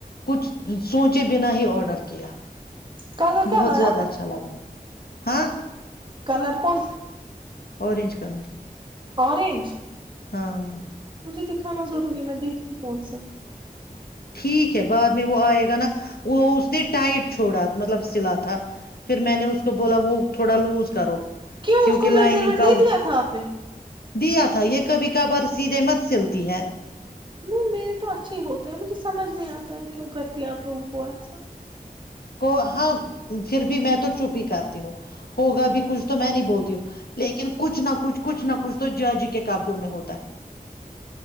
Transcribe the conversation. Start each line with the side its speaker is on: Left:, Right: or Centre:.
Left: کچھ سوچے بنا ہی آڈر کیا
Right: کلر کیا
Left: بہت
Right: لایا
Left: زیادہ اچھا لگا ہاں
Right: کلر کون
Left: اورنج کلر
Right: اورورنج
Left: ہاں
Right: مجھے دکھانا ضروری میں دیکھتی کون سا
Left: ٹھیک ہے بعد میں وہ آئے گا نا وہ اس نے ٹائٹ چھوڑا مطلب سلا تھا پھر میں نے اس کو بولا وہ تھوڑا لوز کرو
Right: کیوں
Left: کیونکہ
Right: اس کو
Left: لائننگ
Right: میجرمنٹ نہیں
Left: کا
Right: دیا تھا آپ نے
Left: دیا تھا یہ کبھی کبھار سیدھے مت سلتی ہے
Right: نہیں میرے تو اچھے ہی ہوتے ہیں مجھے سمجھ نہیں آتا ہے کیوں کرتی آپ لوگوں کو ایسا
Left: کو ہاں پھر بھی میں تو چپ ہی کرتی ہوں ہوگا بھی کچھ تو میں نہیں بولتی ہوں لیکن کچھ نہ کچھ کچھ نہ کچھ تو جاجی کے کابڈوں میں ہوتا ہے